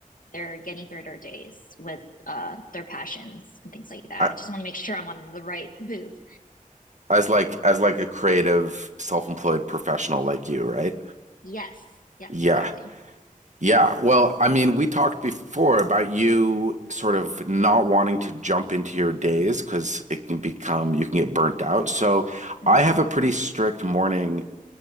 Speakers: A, on the left; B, on the right.
A: they're getting through their days with uh, their passions and things like that.
B: I,
A: I just want to make sure I'm on the right move.
B: as like as like a creative, self-employed professional like you, right?
A: Yes, yes,
B: Yeah.
A: exactly.
B: Yeah. Well, I mean, we talked before about you sort of not wanting to jump into your days because it can become, you can get burnt out. So
A: hmm
B: I have a pretty strict morning,